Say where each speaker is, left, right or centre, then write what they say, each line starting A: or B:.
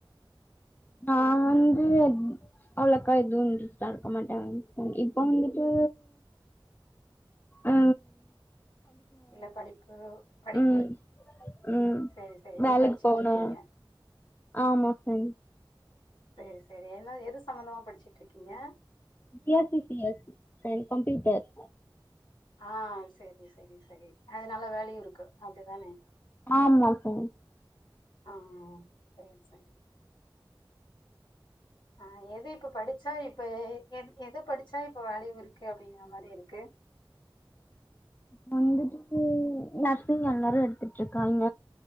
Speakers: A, on the left; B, on the left.
A: நா வந்து அவ்ளக்கா எதுா இன்ஸ்டா இருக்க மாட்டே இப்ப வந்துட்டு ஆ
B: இல்ல படிப்பு படிப்பு
A: ம் ம்
B: சரி சரி நீங்க
A: வேலைக்கு
B: படிச்சிட்டு
A: போகணூ
B: இருக்கீங்க.
A: ஆமா சைன்
B: செரி செரி ஏனா எது சம்பந்தமா படிச்சுட்ருக்கீங்க.
A: பி எஸ்சி சி எஸ் அ கம்ப்யூட்டர்
B: ஆ செரி செரி செரி அதுல நல்ல வேலையூ இருக்கு அப்டிதானே
A: ஆமா தோழி
B: ஆ செரி செரி ஆ எது இப்ப படிச்சா இப்ப எ எத படிச்சா இப்ப வேல்யூ இருக்கு அப்டிங்கிற மாரி இருக்கு
A: வந்துட்டு நர்சிங் எல்லாரூ எடுத்துட்ருக்காங்க